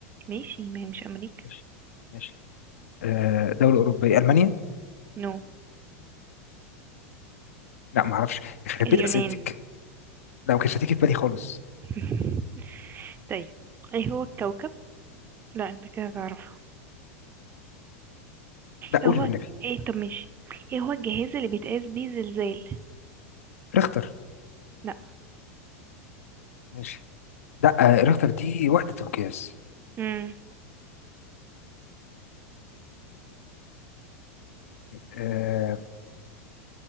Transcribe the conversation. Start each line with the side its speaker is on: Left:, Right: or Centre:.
Right: ماشي ما هي مش أمريكا
Left: ماشي ماشي آه دولة أوروبية ألمانيا
Right: نو
Left: لا ما اعرفش يخرب
Right: اليونان
Left: بيت أسئلتك لا ما كانتش هتيجي في بالي خالص
Right: <laughs> طيب ايه هو الكوكب لا انت كده تعرفه
Left: لا
Right: ايه
Left: قولي
Right: هو
Left: والنبي
Right: ايه طب ماشي ايه هو الجهاز اللي بيتقاس بيه زلزال
Left: ريختر
Right: لا
Left: ماشي لا آه ريختر دي وحدة القياس
Right: امم
Left: آه